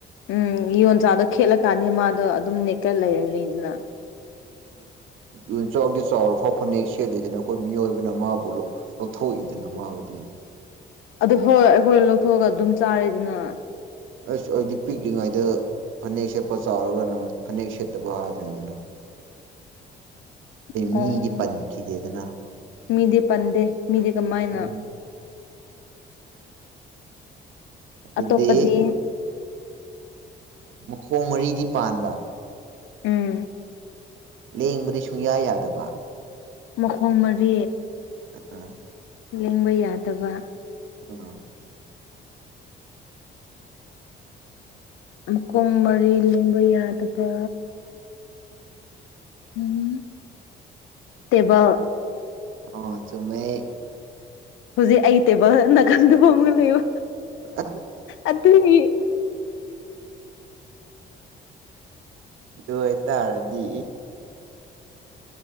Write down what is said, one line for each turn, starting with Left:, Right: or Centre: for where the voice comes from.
Left: ꯎꯝ ꯌꯣꯟꯆꯥꯛꯗꯣ ꯈꯦꯠꯂꯀꯥꯟꯅꯤ ꯃꯥꯗꯣ ꯑꯗꯨꯝ ꯅꯦꯀꯦꯠ ꯂꯩꯔꯅꯤꯗꯅ
Right: ꯌꯣꯟꯆꯥꯛꯗꯤ ꯆꯥꯎꯔ ꯐꯥꯎ ꯐꯅꯦꯛ ꯁꯦꯠꯂꯤꯗꯅ ꯑꯩꯈꯣꯏ ꯃꯤꯑꯣꯏꯕꯅ ꯃꯥꯕꯨ ꯂꯧꯊꯣꯛꯏꯗꯅ ꯃꯥꯕꯨꯗꯤ
Left: ꯑꯗꯨ ꯍꯣꯏ ꯍꯣꯏ ꯑꯩꯈꯣꯏ ꯂꯧꯊꯣꯛꯑꯒ ꯑꯗꯨꯝ ꯆꯥꯔꯦꯗꯅ
Right: ꯑꯁ ꯑꯩꯗꯤ ꯄꯤꯛꯂꯤꯉꯩꯗ ꯐꯅꯦꯛ ꯁꯦꯠꯄ ꯆꯥꯎꯔꯒꯅ ꯐꯅꯦꯛ ꯁꯦꯠꯇꯕ ꯍꯥꯏꯕꯅꯤꯗ
Left: <unintelligible>
Right: ꯃꯤꯗꯤ
Left: ꯑꯣ
Right: ꯄꯟꯈꯤꯗꯦꯗꯅ
Left: ꯃꯤꯗꯤ ꯄꯟꯗꯦ ꯃꯤꯗꯤ ꯀꯃꯥꯏꯅ
Right: ꯎꯝ ꯑꯗꯨꯗꯤ
Left: ꯑꯇꯣꯞꯄꯗꯤ
Right: ꯃꯈꯣꯡ ꯃꯔꯤꯗꯤ ꯄꯥꯟꯕ
Left: ꯎꯝ
Right: ꯂꯦꯡꯕꯗꯤ ꯁꯨꯡꯌꯥ ꯌꯥꯗꯕ
Left: ꯃꯈꯣꯡ ꯃꯔꯤ
Right: ꯑꯥ
Left: ꯂꯦꯡꯕ ꯌꯥꯗꯕ
Right: ꯑꯥ
Left: ꯃꯈꯣꯡ ꯃꯔꯤ ꯂꯦꯡꯕ ꯌꯥꯗꯕ ꯎꯝ ꯇꯦꯕꯜ
Right: ꯑꯣ ꯆꯨꯝꯃꯦ
Left: ꯍꯧꯖꯤꯛ ꯑꯩ ꯇꯦꯕꯜ ꯅꯥꯒꯥꯟꯗ ꯐꯝꯂꯒ ꯂꯩꯕ
Right: ꯑ <inaudible>
Left: ꯑꯗꯨꯒꯤ
Right: ꯑꯗꯨ ꯑꯣꯏꯇꯥꯔꯗꯤ